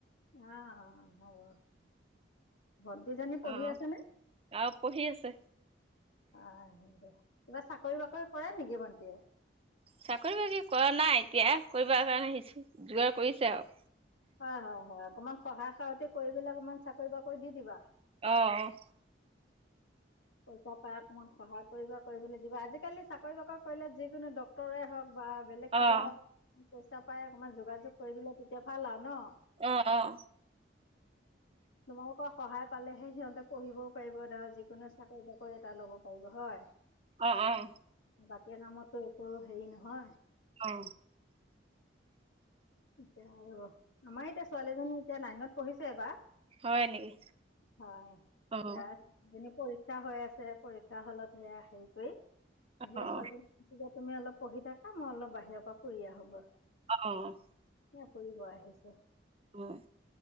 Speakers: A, on the left; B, on the right.
A: আহ হব। ভণ্টিজনী পঢ়ি
B: অঁ
A: আছে নে?
B: আৰু পঢ়ি আছে।
A: আহ দে কিবা চাকৰি বাকৰি কৰে নেকি ভণ্টিয়ে?
B: চাকৰি বাকৰি কৰা নাই এতিয়া কৰিব কাৰণে আহিছো যোগাৰ কৰিছে আৰু
A: হয় হয় হয় অকমান সহায় সহতি কৰি পেলাই অকমান চাকৰি বাকৰি দি দিবা।
B: আহ আহ
A: পইচা পাই অকমান সহায় কৰিবা কৰিবলৈ দিবা আজিকালি চাকৰি বাকৰি কৰিলে যিকোনো ডক্তৰে হওক বা বেলেগ কিবা
B: অঁ
A: পইচা পাই অকণমান যোগাযোগ কৰি দিলে তেতিয়া ভাল আৰু ন?
B: আহ আহ
A: তোমালোকৰ সহায় পালেহে সিহঁতে পঢ়িবও পাৰিব ধৰা যিকোনো চাকৰি তাকৰি এটা ল'ব পাৰিব হয়। এয়া
B: অঁ অঁ অঁ
A: কামতো একো হেৰি নহয়
B: অ
A: এতিয়া আৰু আমাৰ এতিয়া ছোৱালীজনী এতিয়া নাইনত পঢ়িছে এবাৰ
B: হয় নেকি
A: <unintelligible>
B: অঁ
A: পৰীক্ষা হৈ আছে পৰীক্ষা হলত হেয়া হেৰী কৰি, আহে
B: অঁ অঁ
A: ছোৱালজনী <unintelligible> তুমি অলপ পঢ়ি থাকা মই অলপ বাহিৰৰ পৰা ফুৰি আহোগৈ,
B: অ', অ'।
A: ফুৰিব আহিছো।
B: হয়